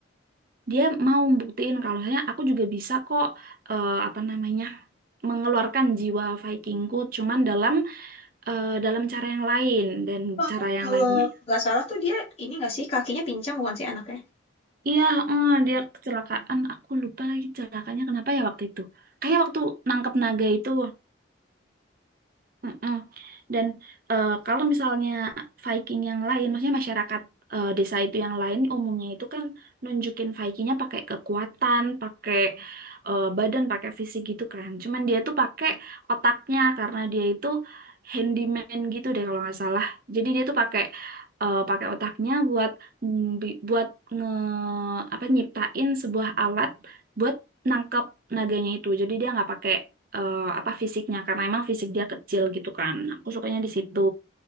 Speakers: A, on the right; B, on the left.
A: dia mau buktiin kalau misalnya aku juga bisa kok eh, apa namanya mengeluarkan jiwa Vikingku cuman dalam eh, dalam cara yang lain dan
B: Oh, aku
A: cara yang
B: kalau
A: lainnya.
B: nggak salah tuh dia ini nggak sih kakinya pincang bukan sih anaknya?
A: Iya, eh, dia kecelakaan. Aku lupa lagi celakanya kenapa ya waktu itu. Kayak waktu nangkep naga itu. Mm-mm. Dan eh, kalau misalnya Viking yang lain, maksudnya masyarakat eh, desa itu yang lain, umumnya itu kan nunjukin Vikingnya pakai kekuatan, pakai eh, badan, pakai fisik gitu kan. Cuman dia tuh pakai otaknya karena dia itu handyman gitu deh kalau nggak salah. Jadi dia tuh pakai eh, pakai otaknya buat ngbi- buat nge apa nyiptain sebuah alat buat nangkep naganya itu. Jadi dia nggak pakai eh, apa fisiknya karena emang fisik dia kecil gitu kan. Aku sukanya di situ.